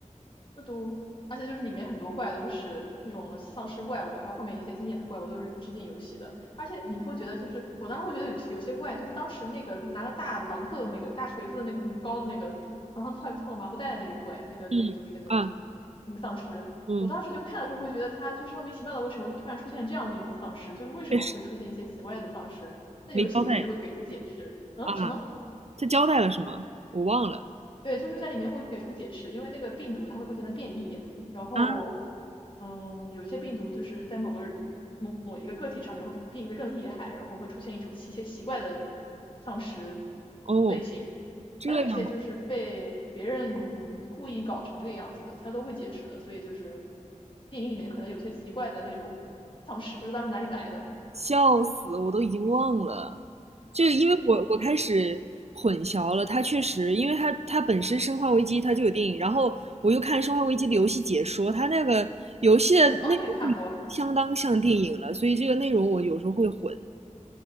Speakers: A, on the left; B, on the right.
A: 这都，而且就是里面很多怪都是那种丧尸怪物，还有后面一些经典的怪物都是致敬游戏的。而且你不会觉得，就是我当时会觉得有些有些怪，就是当时那个拿着大榔头的那个大锤子的那个很高的那个头上套个套个麻布袋的那个怪，那个那个就是那个东西，
B: 嗯啊
A: 那个丧尸。
B: 嗯，
A: 我当时就看的时候会觉得他就是莫名其妙的，为什么突然出现这样的一种丧尸？就是为什么会出现一些奇怪的丧尸？
B: 确实
A: 在游戏里面就会给出解释。
B: 没交代
A: 嗯，
B: 啊，
A: 什么？
B: 他交代了是吗？我忘了
A: 对，就是在里面会给出解释，因为那个病毒它会不停的变异，然后，
B: 啊，
A: 嗯，有些病毒就是在某个某一个个体上面会变变异的更厉害，然后会出现一种奇些奇怪的嗯丧尸
B: 哦，
A: 类型，
B: 这样啊。
A: 还有一些就是被别人故意搞成这个样子的，他都会解释的，所以就是电影里面可能有些奇怪的那种丧尸，不知道是哪里来的。
B: 笑死，我都已经忘了。这个，因为我我开始混淆了，它确实，因为它它本身《生化危机》它就有电影，然后我又看《生化危机》的游戏解说，它那个游戏的内容就已经相当像电影了，
A: 哦，你也看过，
B: 所以这个内容我有时候会混。